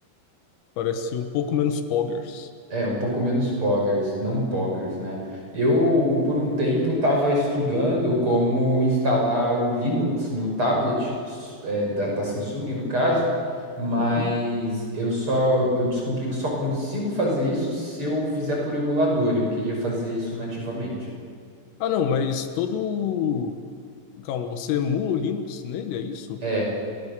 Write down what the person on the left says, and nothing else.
Parece um pouco menos poggers.
Hum?
Ah, não, mas todo Calma, você emula o Linux nele, é isso?